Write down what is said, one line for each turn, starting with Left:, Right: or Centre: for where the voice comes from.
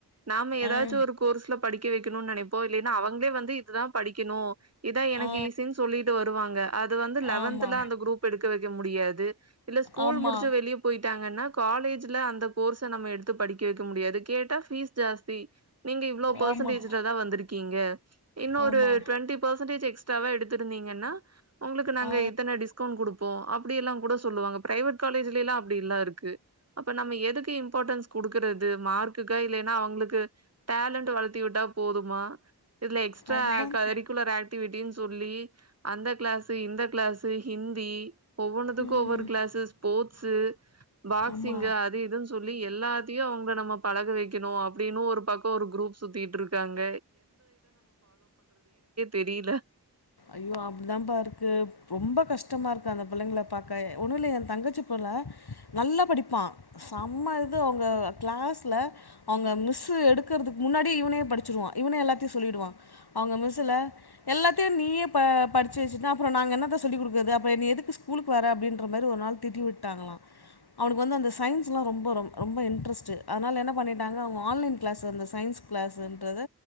Right: நாம ஏதாச்சும்
Left: ஆ
Right: ஒரு கோர்ஸ்ல படிக்க வைக்க இருக்கணும்னு நினைப்போம் இல்லைன்னா அவங்களே வந்து இதுதான் படிக்கணும் இதான் எனக்கு
Left: ஆ
Right: ஈசினு சொல்லிட்டு வருவாங்க அது வந்து லெவன்த்ல
Left: ஆமா
Right: அந்த குரூப் எடுக்க வைக்க முடியாது இல்ல ஸ்கூல்
Left: ஆமா
Right: முடிச்சி வெளியே போயிட்டு காலேஜ்ல அந்த கோர்ஸை நம்ம எடுத்து படிக்க வைக்க முடியாது கேட்டா பீஸ் ஜாஸ்தி நீங்க இவ்வளோப் பாசண்டேஜிலதான்
Left: ஆமா
Right: வந்திருக்கிங்க இன்னும்
Left: ஆமா
Right: ஒரு டோன்டிபாசண்டாஜ் எக்ஸ்ட எடுத்திருந்தீங்கன்னா உங்களுக்கு நாங்க
Left: ஆ
Right: இத்தனை டிஸ்கவுண்ட் கொடுப்போம் அப்போ அப்டில்லா கூட சொல்லுவங்க ப்ரைவேட் காலேஜல அப் அப்டிலாம் இருக்கு அப்ப நம்ம எதுக்கு இம்பார்ட்டன்ஸ் குடுக்கறது மார்க்குக்கா இல்லைன்னா அவங்களுக்கு டேலண்டட் வளர்த்தி விட்டா போதுமா இதுல எக்ஸ்டகரிக்குலர்
Left: அதுதான்
Right: ஆக்டிவிட்டின்னு சொல்லி அந்த கிளாஸ் இந்த கிளாஸ் ப்ப ஹிந்தி ஒவ்வொன்னதுக்கும்
Left: ம்
Right: ஒவ்வொரு கிளாசாஸ் போட்ஸ் பாக்சிங்கு
Left: ஆமா
Right: அது இதுன்னு சொல்லி எல்லா தையு அவங்க நம்ம பழக வைக்கணும் அப்படின்னு ஒரு பக்கம் ஒரு குரூப் சுத்திட்டு இருக்காங்க தெரியல.
Left: ஐயோ அப்படிதான் பா இருக்கு ரொம்ப கஷ்டமா இருக்கு அந்த பிள்ளைளை பார்க என் தங்கச்சி புள்ள நல்ல படிப்பான் சம அவங்க கிளாஸ்ல அவ மிஸ் எடுக்கிறதுக்கு முன்னா படிச்ச எல்லா சொல்லிடுவாங்க அவங்க மிஸ்ல எல்லாத்தையும் நீயே ப படிச்சு வச்சிட்டா அப்புறம் நாங்க என்னத்த சொல்லிடுக்குற அப்புறம் எதுக்கு ஸ்கூலுக்கு வர அப்படி மாதிரி ஒரு நாள் திட்டி விட்டாகளாம் அவனுக்கு வந்து சயன்ஸ்யெல்லாம் ரொம்ப ரொம்ப இன்ட்ரஸ்டு அதனால என்ன பண்ணிடாங்க அவுங்க ஆன்லைன் கிளாஸ் அந்த சயன்ஸ்கிளாஸ்ன்றத